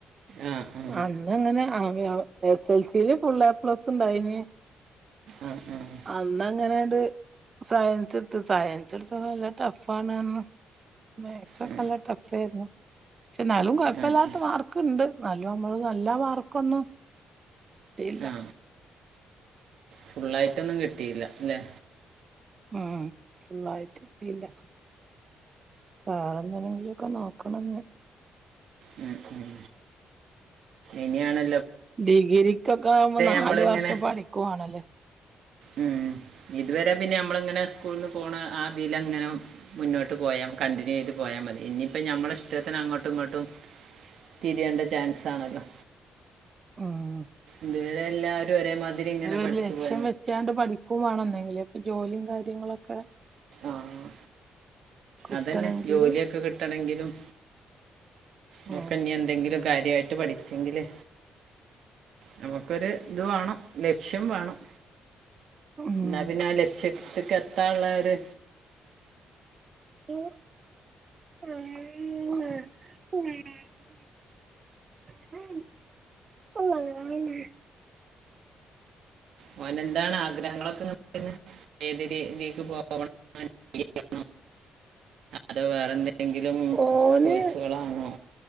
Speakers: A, on the right (about 75°); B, on the right (about 45°).
A: ആ ആ
B: അന്ന് അങ്ങനെ എസ് എൽസിയില് ഫുള് എപ്ലസ് ഉണ്ടായിനി
A: ആഹ് ആഹ്.
B: അന്നങ്ങനെട് സയൻസ് എടുത്ത് സയൻസ് എടുത്ത് നല്ല ടഫ് ആണ്ന്ന് സയൻസൊക്കെ
A: ആ
B: നല്ല ടഫ് ആയിരുന്നു പക്ഷെ എന്നാലും കുഴപ്പല്ലാത്ത
A: ആ ആ
B: മാർക്കുണ്ട്. നല്ലോ നമ്മള് നല്ല മാർക്കൊന്നും ഇല്ല.
A: ആ ഫുള്ളായിട്ടൊന്നും കിട്ടിയില്ലല്ലെ.
B: ഉം ഫുള്ളായിട്ട് കിട്ടിയില്ല. വേറെ എന്തെിലെങ്കിലുംക്കെ നോക്കണംഞ്ഞ്.
A: ഉം ഉം. ഇനിയാണ്
B: ഡിഗ്രിക്കൊക്കെ ആവുമ്പോ നാല്
A: നമ്മളിങ്ങനെ
B: വർഷം പഠിക്കുവാണല്ലേ.
A: ഉം ഇതുവരെ പിന്നെ നമ്മള് ഇങ്ങനെ സ്കൂൾന്ന് പോണ ആതിൽങ്ങനെ മുന്നോട്ട് പോയാം കണ്ടിന്യൂ ചെയ്ത് പോയാൽ മതി ഇനിയിപ്പം ഞമ്മളെ ഇഷ്ടത്തിന് അങ്ങോട്ടും ഇങ്ങോട്ടും തിരിയേണ്ട ചാൻസാണല്ലോ.
B: ഉം
A: ഇതുവരെ എല്ലാരും ഒരേമാതിരി ഇങ്ങനെ പഠിച്ചു
B: ഒരു ലക്ഷ്യം
A: പോയ
B: ചെയ്യാണ്ട് പഠിക്കുകവാണോ എന്തെങ്കിലും ഇപ്പൊ ജോലിയും കാര്യങ്ങളൊക്കെ
A: ആഹ്
B: കിട്ടണെങ്കില്
A: അതന്നെ ജോലിയൊക്കെ കിട്ടണെങ്കിലും നോക്കെ
B: ഉം
A: നീ എന്തെങ്കിലും കാര്യായിട്ട് പഠിച്ചെങ്കിലേ നമുക്കൊരു ഇത് വേണം ലക്ഷ്യം വേണം
B: ആഹ്
A: എന്നാൽ പിന്നെ ആഹ് ലക്ഷ്യത്തക്ക് എത്താള്ള ഒരു
B: <unintelligible>
A: <inaudible>
B: <unintelligible>
A: മോന് എന്താണ് ആഗ്രഹങ്ങളൊക്കെ നോക്കുന്നെ ഏത് രീതിക്ക് പോകണംന്നാണ് അതോ വേറെന്തെങ്കിലും
B: ഓന്
A: കോഴ്സുകളാണോ